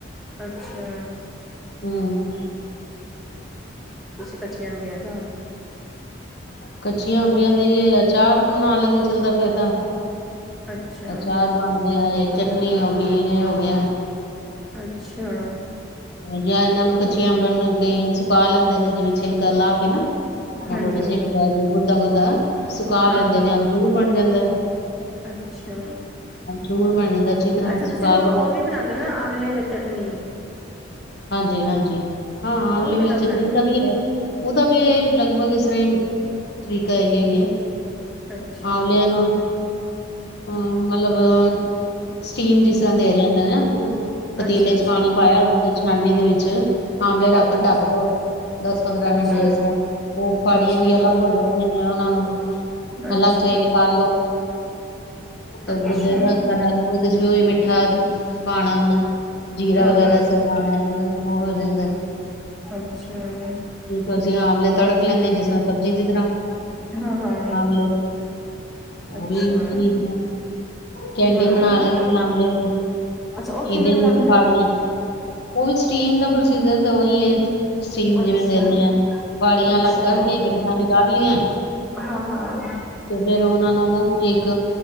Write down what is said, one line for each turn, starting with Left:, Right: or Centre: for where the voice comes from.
Centre: ਅੱਛਾ
Left: ਹਮ
Centre: ਕੱਚੀਆਂ ਅੰਬਿਆਂ ਦਾ
Left: ਕੱਚੀਆਂ ਅੰਬੀਆਂ ਦੇਈਏ ਆ ਚਾਰ ਨਾਲਦੇ ਚੱਲਦਾ ਫੇਿਰ ਤਾਂ
Centre: ਅੱਛਾ
Left: ਅਚਾਰ ਬਣ ਗਿਆ ਇਹ ਚਟਨੀ ਹੋ ਗਈ ਇਹ ਹੋਗ ਹ
Centre: ਅੱਛਾ
Left: ਜਾਂ ਇਹਨਾਂ ਨੂੰ ਕੱਚੀਆਂਪਨ ਕਈ ਸੁਕਾ ਲੈਂਦੇ ਨੇ ਜਿਵੇਂ ਛਿਲਕਾ ਲਾ ਕੇ ਨਾ ਮੋਟੇ
Centre: ਹਾਂਜੀ
Left: ੋਟੇ ਝੇਲਕਾ ਜ ਗੁੱਦਾ ਗੁੱਦਾ ਸੁਕਾ
Centre: ਹਾਂ-ਹਾਂ
Left: ਲੈਂਦੇ ਨੇ ਅਮਚੂਰ ਬਣ ਜਾਂਦਾ
Centre: ਅੱਛਾ,
Left: ਅਮਚੂਰ ਬਣ ਜਾਂਦਾ ਅੱਛੀ ਤਰ੍ਹਾਂ
Centre: ਅੱਛਾ ਤੁਸੀਂ
Left: ਸੁਕਾ
Centre: ਉਹ
Left: ਲੋ
Centre: ਵੀ ਬਣਾਉਂਦੇ ਹੋ ਨਾ ਆਵਲੇ ਵਾਲੀ ਚਟਨੀ
Left: ਹਾਂਜੀ ਹਾਂਜੀ ਹਾਂ ਆਵਲੇ
Centre: ਉਹ ਕਿੱਦਾਂ
Left: ਵਾਲੀ ਚਟਨੀ
Centre: ਬਣਾਉਂਦੇ
Left: ਦਾ
Centre: ਹੋ?
Left: ਵੀ ਹੈ ਉਹਦਾ ਵੀ ਇਹ ਲੱ ਵਗ ਸਰੇ ਤਰੀਕਾ ਇਹ ਹੀ ਹੈ
Centre: ਅੱਛਾ,
Left: ਆਵਲਿਆਂ ਨੂੰ ਹਮ ਮਤਲਬ ਅ ਸਟੀਮ ਜਿਸ ਤਰ੍ਹਾਂ ਦੇਰ ਲੈਂਦਾ ਹਨਾ ਪਤੀਲੇ
Centre: ਅੱਛਾ-ਅੱਛਾ,
Left: ਚ ਪਾਣੀ ਪਾਇਆ ਉਹਦੇ ਤੋਂ ਛਾਨਣੀ ਦੇ ਵਿੱਚ ਆਮਲੇ ਰੱਖ ਕੇ
Centre: ਅੱਛਾ,
Left: ਢੱਕ ਦੋ ਦਸ ਪੰਦਰਾਂ
Centre: ਅੱਛਾ,
Left: ਮਿੰਟ ਜਿਸ ਤਰ੍ਹਾਂ ਉਹ ਫਾੜੀਆਂ
Centre: ਅੱਛਾ,
Left: ਜਿਹੀਆਂ ਅਲੱਗ ਹੋ ਜਾਂਦੀਆਂ ਨੇ ਉਹਨਾਂ ਨੂੰ
Centre: ਅੱਛਾ, ਅੱਛਾ
Left: ਅਲੱਗ ਜਾ ਹੀ ਨਿਕਾਲ ਲੋ ਤੇ
Centre: ਅੱਛਾ
Left: ਗੁਦੇ ਦਾ ਖਰਾ ਉਹਦੇ ਚ ਵੀ ਉਹੀ ਮ ਮਿੱਠਾ ਪਾਉਣਾ, ਜੀਰਾ
Centre: ਹਾਂ
Left: ਵਗੈਰਾ ਸਾ ਪਾਣਾ, ਤੇ ਉਹ ਰਹਿੰਦਾ
Centre: ਅੱਛਾ
Left: ਠੀਕ ਸੀਂ, ਆਮਲੇ ਤੜਕ ਰੱਖ ਲੈਂਦੇ ਹ, ਜਿਸ ਤਰ ਸਬਜ਼ੀ ਦੀ ਤਰ੍ਹਾਂ
Centre: ਹਾਂ-ਹਾਂ
Left: ਆਮਲੇ, ਉਹ
Centre: ਅੱਛਾ
Left: ਵੀ ਠੀਕ ਨੇ। ਕੈਂਡੀ
Centre: ਹਾਂ
Left: ਬਣਾ ਲੈਂਦੇ ਆਮਲੇ ਦੀ,
Centre: ਅੱਛਾ ਉਹ ਕਿਵੇਂ
Left: ਏਦਾਂ
Centre: ਬਣਾਉਂਦੇ
Left: ਹੀ ਮੈਂ ਫਾੜੀੀਆਂ
Centre: ਹੋ?
Left: ਉਹ ਵੀ, ਸਟੀਮ ਦਾ ਪ੍ਰੋਸੀਜਰ ਤਾਂ ਉਹੀ ਹੈ। ਸੀਨ
Centre: ਅੱਛਾ,
Left: ਜਿਵੇਂ ਦਿੰਦੇ ਆ, ਪੜੀਆਂ
Centre: ਅੱਛਾ
Left: ਅਲੱਗ ਕਰਕੇ ਗਿਟਕਾਂ ਨਿਕਾਲ ਲਈੀਆਂ,
Centre: ਹਾਂ-ਹਾਂ,
Left: ਤੇ ਫੇਿਰ ਉਹਨਾਂ ਨੂੰ ਇੱਕ